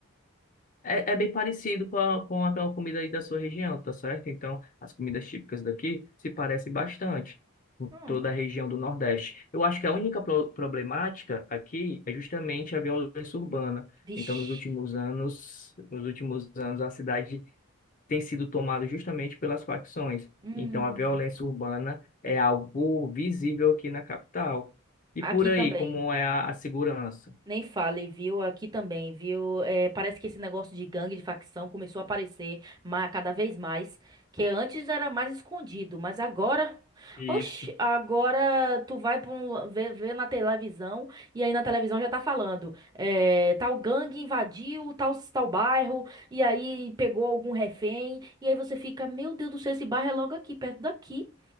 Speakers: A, on the left; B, on the right.
A: É, é bem parecido com a, com a, com a comida aí da sua região, tá certo? Então, as comidas típicas daqui se parecem bastante com
B: Hum,
A: toda a região do Nordeste. Eu acho que a única pro- problemática aqui é justamente a violência urbana.
B: vixe.
A: Então, nos últimos anos, nos últimos anos, a cidade tem sido tomada justamente pelas facções.
B: Hum,
A: Então, a violência urbana é algo visível aqui na capital. E
B: aqui
A: por aí,
B: também.
A: como é a, a segurança?
B: Nem fale, viu? Aqui também, viu? É, parece que esse negócio de gangue, de facção, começou a aparecer ma- cada vez mais. Que antes era mais escondido, mas agora.
A: Isso,
B: Oxi, agora tu vai pra um, lu- ver, ver na televisão e aí na televisão já tá falando. é, tal gangue invadiu tal, tal bairro e aí pegou algum refém. E aí você fica, meu Deus do céu, esse bairro é logo aqui, perto daqui.